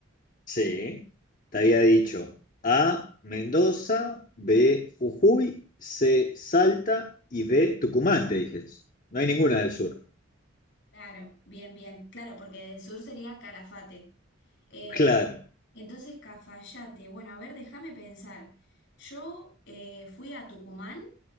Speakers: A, on the left (about 40°); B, on the left (about 60°).
A: sí, te había dicho A, Mendoza, B, Jujuy, C, Salta y D, Tucumán, te dije. No hay ninguna del sur.
B: Claro, bien, bien, claro, porque del sur sería Calafate. Eh,
A: Claro.
B: entonces, Cafayate, bueno, a ver, déjame pensar. Yo eh, fui a Tucumán.